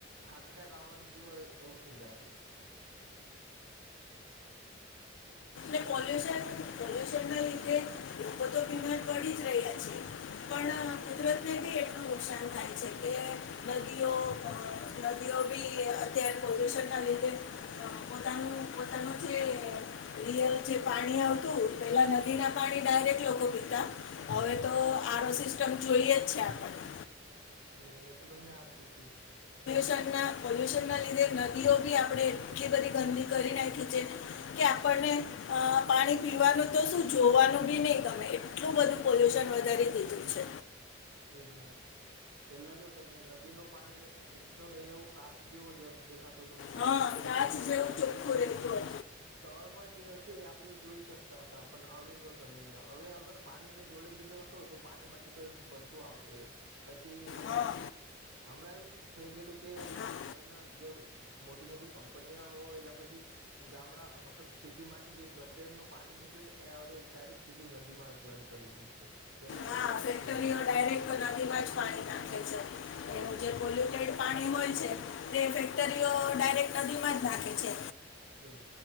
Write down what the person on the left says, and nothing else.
એ પોલ્યુશન પોલ્યુશન ના લીધે લોકો તો બીમાર પડી જ રહ્યા છે પણ
<unintelligible> રયલ જે પાણી આવતું પેલા નદી ના પાણી ડાયરેક્ટ લોકો પીતા હવે તો આરો સિસ્ટમ જોઈએ જ છે આપને
લ્યુન ના લીધે નદીઓ બી આપડણે એટલી બધી ગંદી કરી નાખી છે, કે આપને પાણી પીવાનું તો શું? જોવાનું બી નહીિ ગમે એટલું બધું પોલ્યુશન વધારી દીધું છે
હા કાચ
જેવું ચોખ્ખું રહેતું હતું
હા
હા
હા
ફેક્ટરીઓ
ડાયરેક્ટ નદીમાં જ પાણી નાખે છે
એનું
જે પોલ્યુટેડ પાણી હોય ફેક્ટરીઓ ડાયરેક્ટ નદીમાં જ નાખે છે.